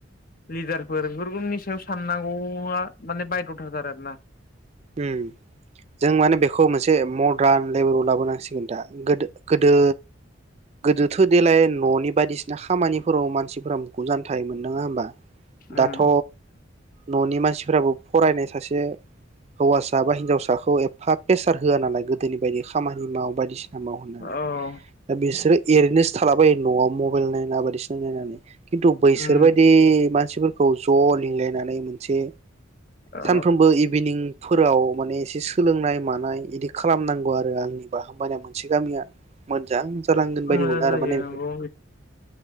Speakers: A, on the left; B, on the right.
A: लिडारफोर बेफोरनि सायाव साननांगौ। ङा माने बाइद'थार आरो ना।
B: उम जों माने बेखौ मोनसे मदार्न लेभेलाव लाबोनांसिगोन। दा गोदो गोदो गोदोथ' देेलाय न'नि बायदिसिना खामानिफोराव मानसिफोरा मुखुब जाना थायोमोन नङा होमबा?
A: उम
B: दाथ' न'नि मानसिफोराबो फरायनायसै सासे हौवासा बा हिन्जसाखौ एफा प्रेसार होआ नालाय गोदोनि बायदि खामानि माव बायदिसि सिना माव होननानै
A: औ
B: दा बिसोरो एरैनोसो थालाबायो न'आव मबाइल नायना बायदिसिना नायनानै। खिन्थु बैसोर
A: उम
B: बायदि मानसिफ बिफोरखौ ज' लिंलायनानै मोनसे
A: औ
B: सानफ्रोमबो इभिनिं फोराव माने एसे सोलोंनाय मानाय इदि खालामनांगौ आरो आंनिबा होमबानिया मोन मोनसे गामिया मोजां जालांगोन बायदि
A: मोजां
B: मोनो आरो
A: जायो
B: माने
A: नंगौ